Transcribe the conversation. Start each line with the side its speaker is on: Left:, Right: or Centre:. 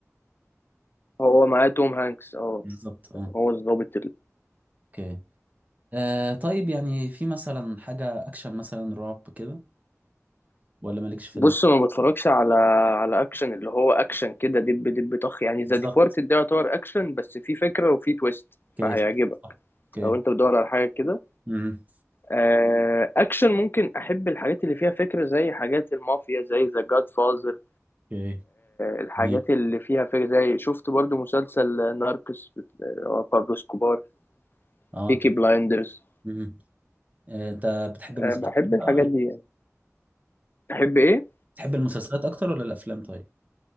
Left: هو معاه توم هانكس أه
Right: بالظبط اه
Left: هو الظابط
Right: اوكي آه طيب يعني في مثلا حاجة اكشن مثلا رعب كده ولا مالكش في
Left: بص
Right: ال...
Left: ما بتفرجش على على اكشن اللي هو اكشن كده دب دب طخ يعني
Right: بالظبط
Left: ذا ديبارتد ده يعتبر اكشن بس فيه فكره وفيه تويست
Right: اوكي
Left: فهيعجبك
Right: صح، صح. اوكي
Left: لو انت بتدور على حاجه كده
Right: امم
Left: آه، اكشن ممكن احب الحاجات اللي فيها فكره زي حاجات المافيا زي ذا جاد فازر
Right: اوكي
Left: الحاجات
Right: تمام.
Left: اللي فيها فكره زي شفت برضو مسلسل ناركس هو بابلو سكوبار
Right: اه
Left: بيكي
Right: تمام
Left: بلايندرز
Right: مم. آه، انت بتحب المسلسلات
Left: آه، بحب الحاجات
Right: بقى ولا-
Left: دي يعني بحب ايه
Right: بتحب المسلسلات اكتر ولا الافلام طيب